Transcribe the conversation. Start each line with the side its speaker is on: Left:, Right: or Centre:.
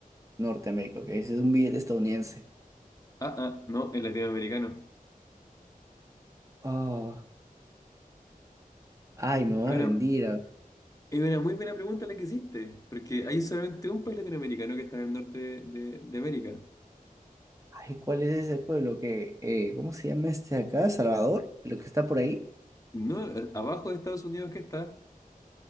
Right: Norteamérica, ok. Ese Es un billete estadounidense.
Left: Ah, ah, no, es latinoamericano.
Right: Ah, Ay, me voy
Left: Es
Right: a
Left: una,
Right: rendir. a ver.
Left: es una muy buena pregunta la que hiciste, porque hay solamente un país latinoamericano que está en el norte de, de- de América.
Right: Ay, ¿cuál es ese pueblo que... eh, ¿cómo se llama este de acá? ¿Salvador? ¿Lo que está por ahí?
Left: No, eh, abajo de Estados Unidos que está.